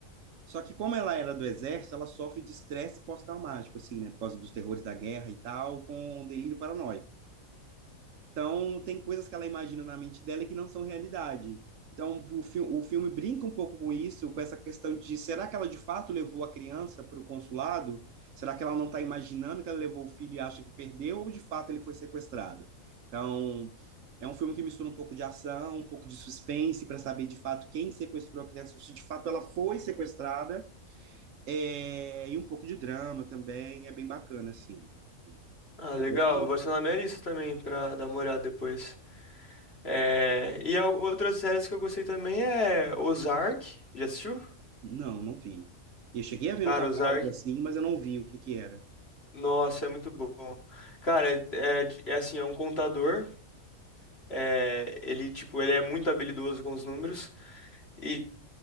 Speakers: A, on the right; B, on the left.
A: Só que como ela era do exército, ela sofre de estresse pós-traumático, assim, né, por causa dos terrores da guerra e tal, com um delírio paranoico. Então, tem coisas que ela imagina na mente dela que não são realidade. Então, o, fi o filme brinca um pouco com isso, com essa questão de será que ela de fato levou a criança para o consulado? Será que ela não está imaginando que ela levou o filho e acha que perdeu, ou de fato ele foi sequestrado? Então, é um filme que mistura um pouco de ação, um pouco de suspense, para saber de fato quem sequestrou a criança, se de fato ela foi sequestrada, é... e um pouco de drama também, é bem bacana, assim.
B: Ah,
A: Eu
B: legal,
A: gostei.
B: vou adicionar na minha lista também pra dar uma olhada depois. É... E al- outras séries que eu gostei também é Ozark, já assistiu?
A: Não, não vi. Eu cheguei a ver
B: Cara,
A: no catálogo
B: usar.
A: assim, mas eu não vi o que que era.
B: Nossa, é muito bom. Cara, é, é assim, é um contador. É, ele, tipo, ele é muito habilidoso com os números e,